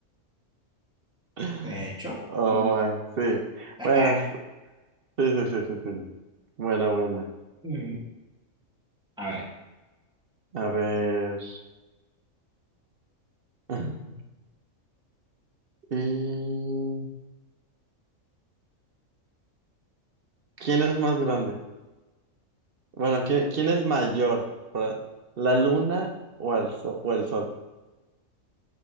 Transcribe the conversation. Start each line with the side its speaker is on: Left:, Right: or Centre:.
Right: <laughs>
Centre: De hecho,
Right: Oh,
Centre: Mm.
Right: my, sí.
Centre: <laughs>
Right: Buenas. Sí, sí, sí, sí, sí. Buena, buena.
Centre: Ujú. A ver.
Right: A ver. <laughs> ¿Y quién es más grande? Bueno, ¿quién, quién es mayor? Para- ¿La luna o el sol? O el sol.